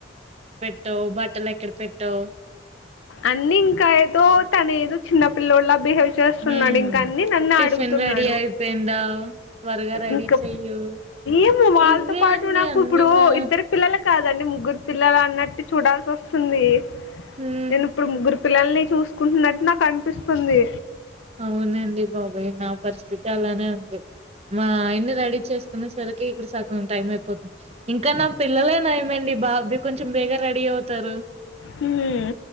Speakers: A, on the right; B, on the left.
A: పెట్టావ్ బట్టలు ఎక్కడ పెట్టావ్
B: అన్ని ఇంకా ఏదో తన ఏదో చిన్న పిల్లోలాగ్ బిహేవ్ చేస్తున్నాడు.
A: హ్మ్
B: ఇంకా అన్ని నన్నే
A: టిఫిన్
B: అడుగుతున్నాడు.
A: రెడీ అయిపోయిందా త్వరగా రెడీ
B: ఇంకా
A: చెయ్యు
B: ఏమో వాళ్ళతో
A: ఇవే
B: పాటు
A: అండి
B: నాకు
A: అన్ని
B: ఇప్పుడు
A: నా
B: ఇద్దరు పిల్లల కాదండి ముగ్గురు పిల్లలు అన్నట్టు చూడాల్సి వస్తుంది.
A: హ్మ్
B: నేను ఇప్పుడు ముగ్గురు పిల్లల్ని చూసుకుంటున్నట్టు నాకు అనిపిస్తుంది
A: అవునండి బాబాయ్ నా పరిస్థితి అలానే ఉంది మా ఆయన్ని రెడీ చేసుకునే సరికి ఇక్కడ సగం టైం అయిపోతుంది ఇంకా నా పిల్లలే నయమండి బాగా అదే కొంచెం బేగా రెడీ అవుతారు
B: హ్మ్